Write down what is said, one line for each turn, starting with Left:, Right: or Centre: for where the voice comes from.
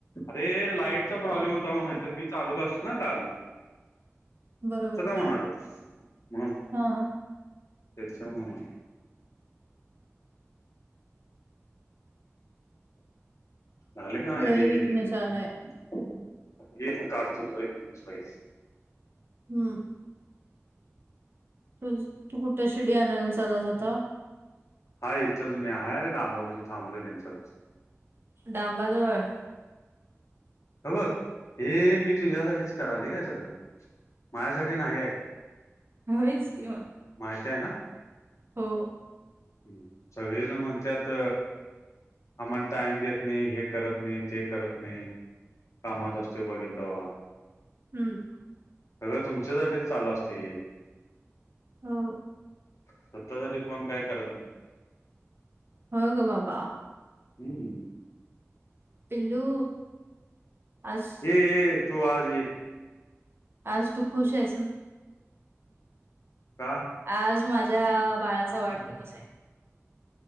Left: अरे लाईटचा प्रॉब्लेम होता मग नाहीतर मी चालवला असतो ना काल.
Right: बरोबर
Left: असं का म्हणाल म
Right: हा हा.
Left: त्याच्या मूळ. झाले का नाही
Right: लय
Left: रे
Right: विकनेस
Left: ये इथं
Right: आलाय
Left: तुझा एक काढच तस बाहेर.
Right: हम्म. तु तू कुठे शिडी आणनला चालास आता.
Left: हा इथं मी आहेय डांबा बशी थांबलो त्यांच्या बस.
Right: डांबाजवल हाय.
Left: ह बघ हे मी तुझ्यासाठीच कराल काय सगळं. माझ्यासाठी नाहीय.
Right: होयच किं मग.
Left: माहित आहे ना.
Right: हो.
Left: हम् सगळेजण म्हणत्यात. आम्हाला टाइम देत नाही हे करत नाही ते करत नाही. कामात असतेय बघेल तेवा.
Right: हम्म.
Left: सगळ तुमच्यासाठीच चालू असते.
Right: हो.
Left: स्वतः साठी कोण काय करत नाही.
Right: हो गो बाबा.
Left: हम्म.
Right: पिल्लू अस.
Left: ये ये तू आज ये
Right: आज तू खुश आहेस ना
Left: का
Right: आज माझ्या बाळाचा वाढदिवस आहे